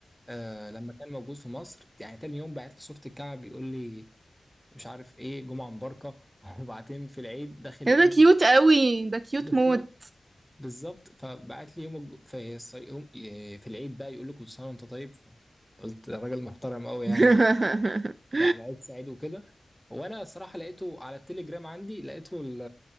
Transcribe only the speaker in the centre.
آه لما كان موجود في مصر يعني تاني يوم بعت له صورة الكعبة بيقول لي مش عارف ايه جمعة مباركة <laughs> وبعدين في العيد داخل
يقول
بالظبط
بالظبط فبعت لي يوم الج- في الص- يوم- في العيد بقى يقول لي كل سنة وانت طيب قلت ده راجل محترم قوي يعني
يعني عيد سعيد وكده وانا صراحه لقيته على التليجرام عندي لقيته ال-